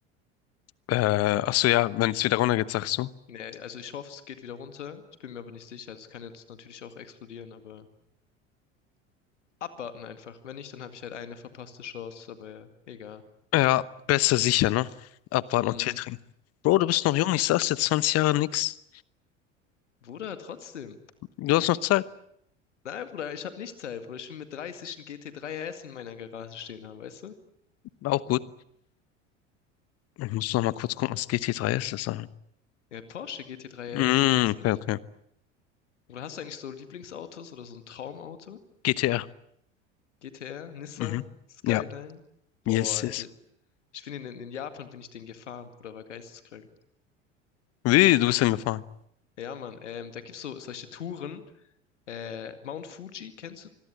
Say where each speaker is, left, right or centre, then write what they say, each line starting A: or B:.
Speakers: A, on the left; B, on the left.
A: Äh, ach so, ja, wenn es wieder runtergeht, sagst du.
B: Nee, also ich hoffe, es geht wieder runter. Ich bin mir aber nicht sicher. Also es kann jetzt natürlich auch explodieren, aber abwarten einfach. Wenn nicht, dann habe ich halt eine verpasste Chance, aber ja, egal.
A: Ja, besser sicher, ne? Abwarten
B: Hm.
A: und Tee trinken. Bro, du bist noch jung, ich sag's dir, 20 Jahre nix.
B: Bruder, trotzdem.
A: Du hast noch Zeit.
B: Nein, Bruder, ich habe nicht Zeit, Bruder. Ich will mit 30 einen GT3 RS in meiner Garage stehen haben, weißt du?
A: Auch gut. Ich muss noch mal kurz
B: Ja.
A: gucken, was GT3 ist. Das ist
B: Ja, Porsche GT3
A: mm,
B: RS, kennst
A: okay,
B: du nicht?
A: okay.
B: Oder hast du eigentlich so Lieblingsautos oder so ein Traumauto?
A: GTR.
B: GTR, Nissan,
A: Mhm.
B: Skyline?
A: Ja.
B: Boah,
A: Yes,
B: Alter.
A: yes.
B: Ich bin in, in Japan bin ich den gefahren, Bruder, war geisteskrank.
A: Wie, du bist hingefahren?
B: Ja, Mann, ähm, da gibt's so solche Touren. Äh, Mount Fuji, kennst du